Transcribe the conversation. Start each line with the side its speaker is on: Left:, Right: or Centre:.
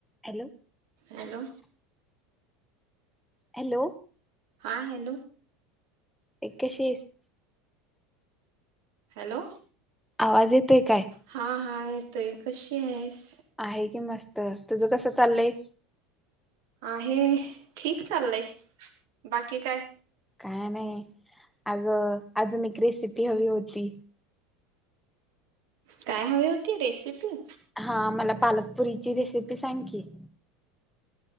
Centre: Hello
Right: hello
Centre: hello
Right: हा hello
Centre: ऐ कशी आहेस?
Right: हॅलो
Centre: आवाज येतोय काय?
Right: हां हा येतोय कशी आहेस.
Centre: आहे कि मस्त तुझं कसं चाललंय.
Right: आहे ठीक चाललंय बाकी काय?
Centre: काय नाही अगं अजून एक रेसिपी हवी होती.
Right: काय हवी होती रेसिपी.
Centre: हा मला पालकपुरीची रेसिपी सांग की.